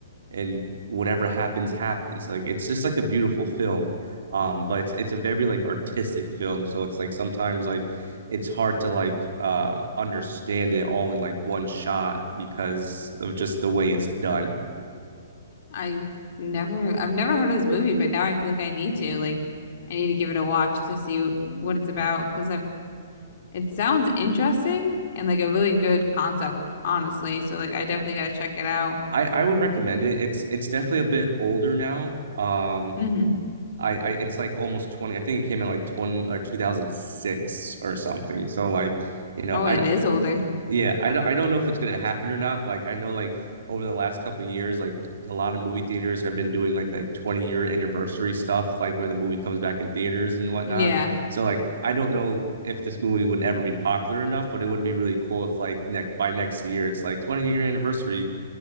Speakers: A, on the right; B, on the left.
A: and whatever happens happens like it's just like a beautiful film um but it's it's a very like artistic film so it's like sometimes like it's hard to like uh understand it all in like one shot because of just the way it's done
B: I never I've never heard of this movie, but now I feel like I need to. Like I need to give it a watch to see what it's about because I've It sounds interesting and like a really good concept, honestly. So like I definitely gotta check it out.
A: i i would recommend it it's it's definitely a bit older now um
B: hmm
A: I, I it's like almost 20 i think it came out like 20 or 2006 or something so like you know
B: Oh,
A: i
B: it is older.
A: Yeah, I don't I don't know if it's gonna happen or not. But like I know like over the last couple of years, like a lot of movie theaters have been doing like like 20 year anniversary stuff, like when the movie comes back in theaters and whatnot.
B: Yeah,
A: So like I don't know if this movie would ever be popular enough, but it would be really cool if like next by next year it's like 20 year anniversary,